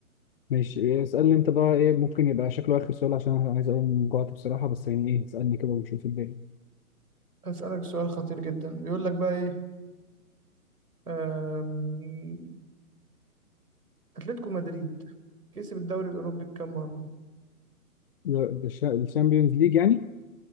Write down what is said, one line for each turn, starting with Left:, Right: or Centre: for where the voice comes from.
Left: ماشي إيه، اسألني انت بقى ايه ممكن يبقى شكله آخر سؤال عشان انا عايز اقوم جوعت بصراحة بس يعني ايه اسألني كده ونشوف الدنيا
Right: أسألك سؤال خطير جدا بيقول لك بقى إيه اتلتيكو مدريد كسب الدوري الاوروبي كام مره
Left: لا، ده الشا- الشامبيونز ليج يعني